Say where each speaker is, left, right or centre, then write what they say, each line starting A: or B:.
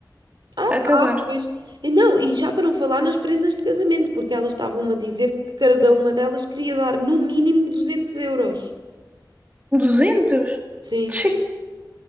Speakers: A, on the right; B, on the right.
A: Ah,
B: <laughs> acabar.
A: ah, pois. E não, e já para não falar nas prendas de casamento, porque elas estavam-me a dizer que cada uma delas queria dar no mínimo 200 euros.
B: duzentos
A: Sim,
B: sim